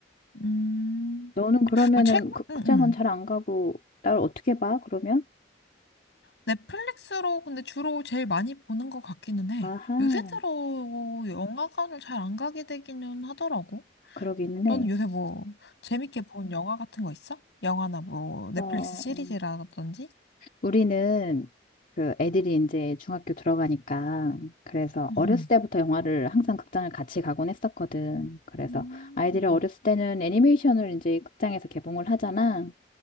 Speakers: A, on the left (about 70°); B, on the left (about 45°).
A: 음.
B: 너는 그러면은
A: 뭐 최근
B: 그,
A: 응,
B: 극장은
A: 응.
B: 잘 안 가고, 나를 어떻게 봐, 그러면?
A: 넷플릭스로 근데 주로 제일 많이 보는 것 같기는 해.
B: 아하,
A: 요새 들어 영화관을 잘 안 가게 되기는 하더라고.
B: 그러기는
A: 너는
B: 해.
A: 요새 뭐 재밌게 본 영화 같은 거 있어? 영화나 뭐 넷플릭스
B: 어,
A: 시리즈라든지?
B: 음. 우리는 그 애들이 이제 중학교 들어가니까 그래서
A: 응응.
B: 어렸을 때부터 영화를 항상 극장을 같이 가곤 했었거든. 그래서
A: 음.
B: 아이들이 어렸을 때는 애니메이션을 이제 극장에서 개봉을 하잖아.